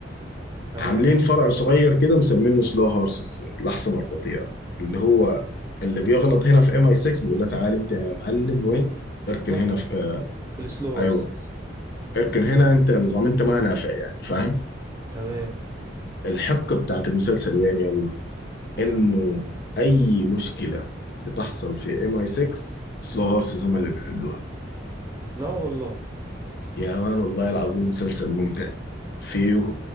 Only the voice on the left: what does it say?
عاملين فرع صغير كده مسمينه سلو هورسز الأحصنة البطيئة اللي هو اللي بيغلط هنا في ام اي 6 بيقول له تعال انت يا معلم وين اركن
هنا في آه
ايوه اركن هنا انت نظام انت ما نافع يعني فاهم
الحبكة بتاعت المسلسل وين يلا
انه اي مشكلة بتحصل في ام اي 6 سلو هورسز هم اللي بيحلوها
يا مان والله العظيم مسلسل ممتع فيه